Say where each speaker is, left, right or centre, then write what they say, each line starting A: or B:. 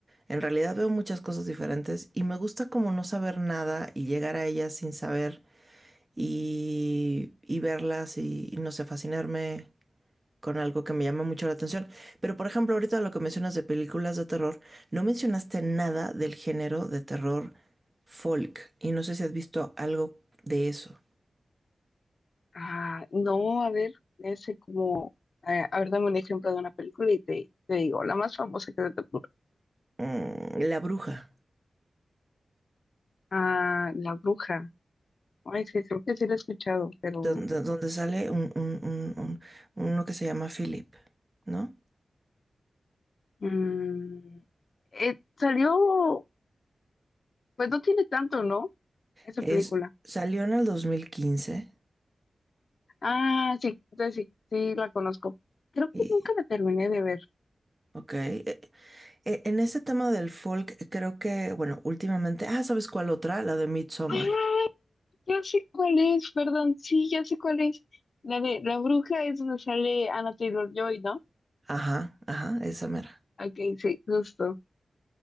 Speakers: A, on the right (about 25°); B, on the left (about 60°).
A: en realidad veo muchas cosas diferentes y me gusta como no saber nada y llegar a ellas sin saber y, y verlas y, y no sé, fascinarme con algo que me llama mucho la atención. Pero por ejemplo, ahorita lo que mencionas de películas de terror, no mencionaste nada del género de terror folk y no sé si has visto algo de eso.
B: Ah, no, a ver, ese como, eh, a ver, dame un ejemplo de una película y te, te digo, la más famosa que se te ocurre.
A: Mm, La bruja,
B: Ah, La Bruja. Ay, sí, creo que sí lo he escuchado, pero
A: donde, donde sale un, un- un- un- uno que se llama Philip, ¿no?
B: mm, eh, salió, pues no tiene tanto, ¿no? Esa
A: Es,
B: película.
A: salió en el 2015
B: Ah, sí, entonces sí, sí la conozco. Creo que
A: y,
B: nunca la terminé de ver.
A: ok, eh, Eh, En ese tema del folk, creo que, bueno, últimamente, ah, ¿sabes cuál otra? La de Midsommar.
B: Ah, ya sé cuál es, perdón, sí, ya sé cuál es. La de La Bruja es donde sale Anna Taylor-Joy, ¿no?
A: Ajá, ajá, esa mera.
B: Ok, sí, justo.